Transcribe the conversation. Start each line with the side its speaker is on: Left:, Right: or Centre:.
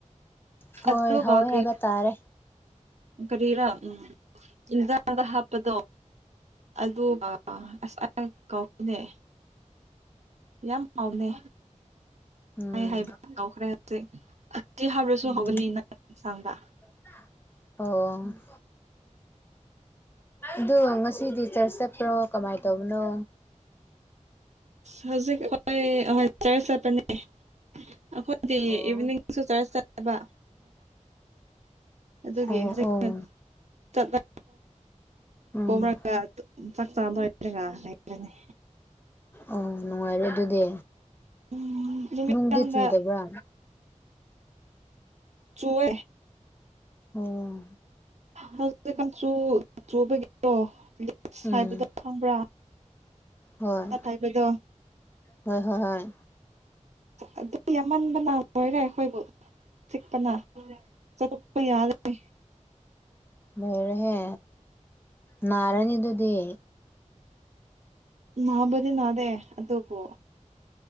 Left: ꯍꯣꯏ
Right: ꯑꯗꯨꯒ
Left: ꯍꯋꯦ
Right: ꯀꯔꯤ
Left: ꯍꯥꯏꯕ ꯇꯥꯔꯦ
Right: ꯀꯔꯤꯔꯥ ꯎꯝ ꯏ ꯗ ꯍꯥꯞꯄꯗꯣ ꯑꯗꯨꯒ ꯑꯁ ꯑ ꯀꯥꯎꯅꯦ ꯌꯥꯝ ꯍꯥꯎꯅꯦ
Left: ꯎꯝ
Right: ꯑꯩ ꯍꯥꯏꯕ ꯍꯧꯈ꯭ꯔꯦ ꯍꯧꯖꯤꯛ ꯑꯁꯤ ꯍꯥꯔꯁꯨ
Left: ꯎꯝ
Right: ꯍꯒꯅꯤ ꯅꯪ ꯌꯦꯟꯁꯥꯡꯗ
Left: ꯑꯣ ꯑꯗꯣ ꯉꯁꯤꯗꯤ ꯆꯔꯆ ꯆꯠꯄ꯭ꯔꯣ ꯀꯃꯥꯏꯅ ꯇꯧꯕꯅꯣ
Right: ꯍꯧꯖꯤꯛ ꯆꯔ ꯆꯔ ꯄ ꯑꯦ ꯑꯩꯈꯣꯏꯗꯤ
Left: ꯑꯣ
Right: ꯏꯚꯤꯅꯤꯡꯁꯨ ꯆꯔꯁ ꯆꯠꯂꯕ ꯑꯗꯨꯒꯤ
Left: ꯑꯣ
Right: ꯍꯧꯖꯤꯠꯂꯣ
Left: ꯑꯣ ꯎꯝ
Right: ꯀꯣꯔꯒ ꯐ ꯇꯔꯒꯅꯤ
Left: ꯑꯣ ꯅꯨꯡꯉꯥꯏꯔꯦ ꯑꯗꯨꯗꯤ
Right: ꯎꯝ ꯅꯨꯃꯤꯗꯥꯡꯗ
Left: ꯅꯨꯡꯗꯤ ꯆꯨꯗꯕ꯭ꯔꯥ
Right: ꯆꯨꯋꯦ
Left: ꯑꯣꯝ
Right: ꯍꯧꯖꯤꯇꯤ ꯀꯥꯡꯆꯨ ꯆꯨꯕꯒꯤꯗꯣ
Left: ꯎꯝ
Right: ꯍꯥꯏꯕꯗ ꯈꯪꯕ꯭ꯔꯥ
Left: ꯍꯣꯏ
Right: ꯇꯥꯏꯕꯗꯣ
Left: ꯍꯣꯏ ꯍꯣꯏ ꯍꯣꯏ
Right: ꯑꯗꯨ ꯌꯥꯝꯃꯟꯕ ꯂꯥꯛꯃꯣꯏꯔꯦ ꯑꯩꯈꯣꯏꯕꯨ ꯆꯤꯛꯄꯅ ꯆꯠꯄ ꯌꯥꯔꯦ
Left: ꯂꯩꯔꯍꯦ ꯅꯥꯔꯅꯤ ꯑꯗꯨꯗꯤ
Right: ꯃꯥꯕꯗꯤ ꯅꯗꯦ ꯑꯗꯣꯄꯣ